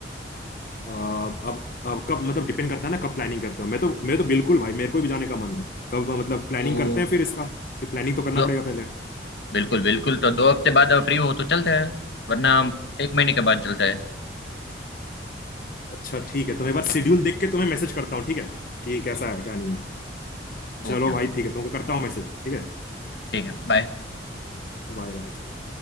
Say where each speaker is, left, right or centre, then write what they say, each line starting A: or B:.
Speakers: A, on the left; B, on the left.
A: अ, अब अब कब मतलब डिपेंड करता है ना कब प्लानिंग करते हो मैं तो मैं तो बिल्कुल भाई मेरे को भी जाने का मन है कब मतलब प्लानिंग
B: तो
A: करते हैं फिर इसका कि प्लानिंग तो करना
B: दो
A: पड़ेगा पहले
B: बिल्कुल बिल्कुल तो दो हफ्ते बाद फ्री हो तो चलते हैं वरना हम एक महीने के बाद चलते हैं
A: अच्छा ठीक है तो मैं एक बार शेड्यूल देख के तुम्हें मैसेज करता हूँ ठीक है कि कैसा
B: ठीक है
A: है
B: ठीक
A: क्या नहीं
B: है
A: है चलो
B: Okay okay
A: भाई ठीक है तुमको करता हूँ मैसेज ठीक है
B: ठीक है बाय
A: बाय बाय चलो